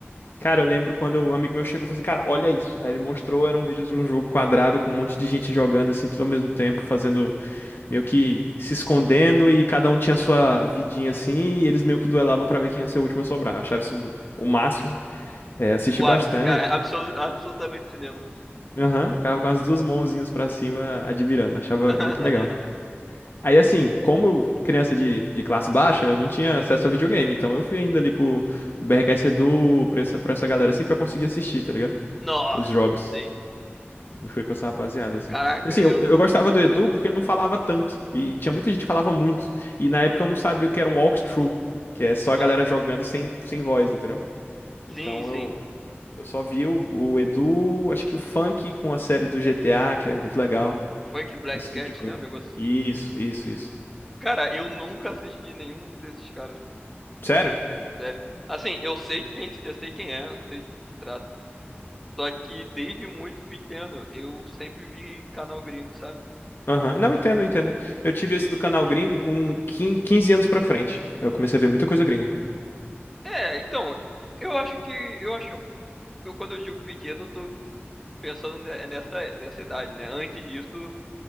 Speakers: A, on the left (about 55°); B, in the centre.
A: Cara, eu lembro quando um amigo meu chegou e falou assim, cara, olha isso. Aí ele mostrou, era um vídeo de um jogo quadrado com um monte de gente jogando assim, tudo ao mesmo tempo, fazendo meio que se escondendo e cada um tinha sua vidinha assim, e eles meio que duelavam pra ver quem ia ser o último a sobrar. Eu achava isso o máximo. É, assisti
B: O
A: bastante.
B: ápice, cara, absolu- absolutamente cinema.
A: Aham, ficava com as duas mãozinhas pra cima admirando, achava
B: <laughs>
A: muito legal. Aí assim, como eu, criança de, de classe baixa, eu não tinha acesso a videogame, então eu fui ainda ali pro, pro BRKS Edu, pra essa, pra essa galera assim, pra conseguir assistir, tá ligado?
B: Nossa,
A: Os jogos.
B: sim.
A: Foi pra essa rapaziada, assim.
B: Caraca,
A: E, Assim,
B: eu.
A: eu, eu gostava do Edu porque ele não falava tanto. E tinha muita gente que falava muito. E na época eu não sabia o que era um walkthrough, que é só a galera
B: Aham.
A: jogando sem, sem voz, entendeu? Então
B: Sim, sim.
A: eu, eu só via o, o Edu, acho que o Funk com a série do GTA, que é muito legal.
B: Funk Black
A: Esse
B: Cat,
A: tipo de coisa.
B: né? Um negócio
A: Isso,
B: assim.
A: isso, isso.
B: Cara, eu nunca assisti nenhum desses caras.
A: Sério?
B: sério. Assim, eu sei quem, eu sei quem é, eu sei do que se trata. Só que desde muito pequeno eu sempre vi canal gringo, sabe?
A: Aham. Não, entendo, entendo. Eu tive esse do canal gringo com quin 15 anos pra frente. Eu comecei a ver muita coisa gringa.
B: É, então, eu acho que eu acho que eu, eu, quando eu digo pequeno, eu tô pensando ne- nessa nessa idade, né? Antes disso,